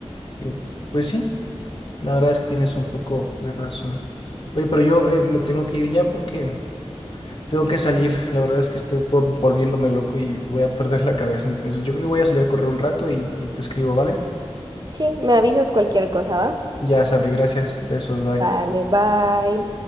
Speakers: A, on the left; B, on the right.
A: Eh, Pues sí, la verdad es que tienes un poco de razón. Oye, pero yo eh, me tengo que ir ya porque tengo que salir. La verdad es que estoy por, volviéndome loco y voy a perder la cabeza. Entonces yo creo que voy a salir a correr un rato y, y te escribo, ¿vale?
B: Sí, me avisas cualquier cosa, ¿va?
A: Ya, Sabri, gracias. Besos, bye.
B: Vale, bye.